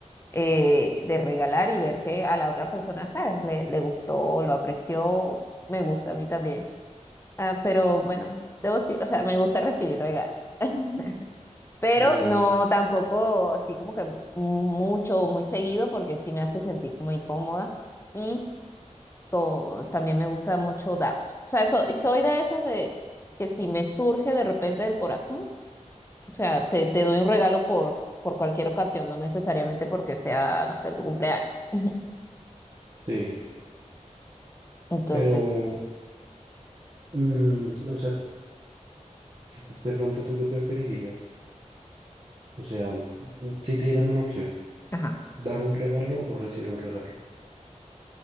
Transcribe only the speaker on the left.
eh, de regalar y ver que a la otra persona, ¿sabes? Le, le gustó, lo apreció, me gusta a mí también. Ah, pero bueno, debo, sí- o sea, me gusta recibir regalos. <laughs> Pero
no tampoco así como que mucho o muy seguido porque sí me hace sentir como incómoda y co- también me gusta mucho darlos. O sea, so- soy de esas de que si me surge de repente del corazón, o sea, te, te doy un regalo por, por cualquier ocasión, no necesariamente porque sea, no sé, tu cumpleaños. <laughs>
Entonces,
ajá.